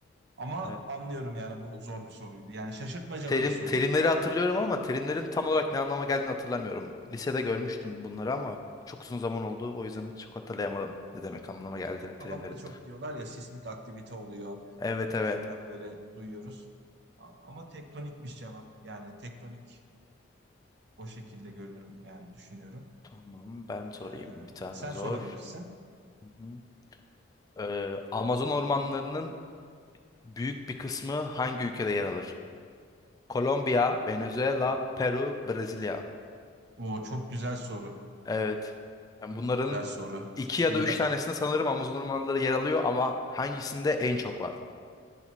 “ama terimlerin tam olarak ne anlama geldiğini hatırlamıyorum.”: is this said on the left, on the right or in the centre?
Left